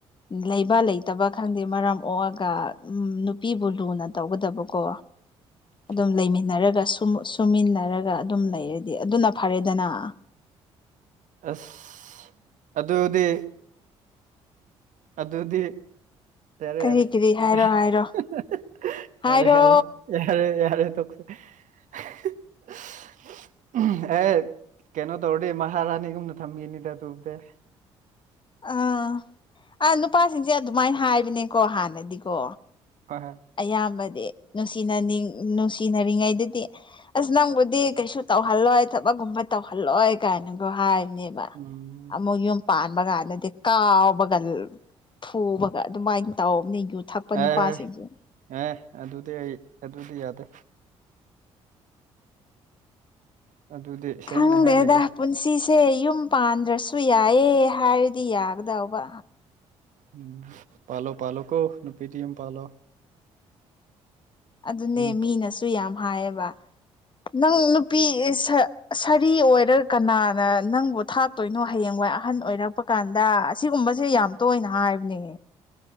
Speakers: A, on the left; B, on the right.
A: ꯂꯩꯕ ꯂꯩꯇꯕ ꯈꯪꯗꯦ ꯃꯔꯝ ꯑꯣꯑꯒ ꯎ ꯅꯨꯄꯤꯕꯨ ꯂꯨꯅ ꯇꯧꯒꯗꯕꯀꯣ
B: <inaudible>
A: ꯑꯗꯨꯝ ꯂꯩꯃꯤꯟꯅꯔꯒ ꯁꯨꯃꯤꯟꯅꯔꯒ ꯑꯗꯨꯝ ꯂꯩꯔꯗꯤ ꯑꯗꯨꯅ ꯐꯔꯦꯗꯅ
B: ꯑꯁ ꯑꯗꯨꯗꯤ ꯑꯗꯨꯗꯤ ꯌꯥꯔꯦ
A: ꯀꯔꯤ
B: ꯌꯥꯔꯦ
A: ꯀꯔꯤ
B: <unintelligible>
A: ꯍꯥꯏꯔꯣ ꯍꯥꯏꯔꯣ ꯍꯥꯏꯔꯣ
B: ꯔ ꯌꯥꯔꯦ ꯌꯥꯔꯦ ꯌꯥꯔꯦ ꯌꯥꯔꯦ ꯇ <unintelligible> ꯑꯦ ꯀꯩꯅꯣ ꯇꯧꯔꯗꯦ ꯃꯍꯥꯔꯥꯅꯤꯒꯨꯝꯅ ꯊꯝꯈꯤꯅꯤꯗ ꯑꯗꯨꯕꯗ
A: ꯑꯥ ꯑꯥ ꯅꯨꯄꯥꯁꯤꯡꯁꯦ ꯑꯗꯨꯃꯥꯏꯅ ꯍꯥꯏꯕꯅꯦꯀꯣ ꯍꯥꯟꯅꯗꯤꯀꯣ
B: ꯍꯣꯏ ꯍꯣꯏ
A: ꯑꯌꯥꯝꯕꯗꯤ ꯅꯨꯡꯁꯤꯅꯅꯤꯡ ꯅꯨꯡꯁꯤꯅꯔꯤꯉꯩꯗꯨꯗꯤ ꯑꯁ ꯅꯪꯕꯨꯗꯤ ꯀꯩꯁꯨ ꯇꯧꯍꯜꯂꯣꯏ ꯊꯕꯛꯒꯨꯝꯕ ꯇꯧꯍꯜꯂꯣꯏ ꯀꯥꯏꯅꯒ ꯍꯥꯏꯔꯤꯅꯦꯕ
B: ꯎꯝ
A: ꯑꯃꯨꯛ ꯌꯨꯝ ꯄꯥꯟꯕ ꯀꯥꯟꯗꯗꯤ ꯀꯥꯎꯕꯒ ꯐꯨꯕꯒ ꯑꯗꯨꯃꯥꯏꯅ ꯇꯧꯅꯦ ꯌꯨ ꯊꯛꯄ ꯅꯨꯄꯥꯁꯤꯡꯁꯦ
B: ꯑꯦ ꯑꯦ ꯑꯗꯨꯗꯤ ꯑꯩ ꯑꯗꯨꯗꯤ ꯌꯥꯗꯦ ꯑꯗꯨꯗꯤ ꯁꯦꯡꯅ
A: ꯈꯪꯗꯦꯗ
B: ꯍꯥꯏꯔꯒꯦ
A: ꯄꯨꯟꯁꯤꯁꯦ ꯌꯨꯝ ꯄꯥꯟꯗ꯭ꯔꯁꯨ ꯌꯥꯏꯌꯦ ꯍꯥꯏꯔꯗꯤ ꯌꯥꯒꯗꯧꯕ
B: ꯎꯝ ꯄꯜꯣ ꯄꯜꯣ ꯀꯣ ꯅꯨꯄꯤꯇꯝ ꯄꯜꯣ
A: ꯑꯗꯨꯅꯦ
B: ꯌꯨꯝ
A: ꯃꯤꯅꯁꯨ ꯌꯥꯝ ꯍꯥꯏꯌꯦꯕ ꯅꯪ ꯅꯨꯄꯤ ꯁꯥꯔꯤ ꯑꯣꯏꯔꯒ ꯀꯅꯥꯅ ꯅꯪꯕꯨ ꯊꯥꯛ ꯇꯣꯏꯅꯣ ꯍꯌꯦꯡ ꯋꯥꯏ ꯑꯍꯟ ꯑꯣꯏꯔꯛꯄ ꯀꯥꯟꯗ ꯑꯁꯤꯒꯨꯝꯕꯁꯦ ꯌꯥꯝ ꯇꯣꯏꯅ ꯍꯥꯏꯕꯅꯦ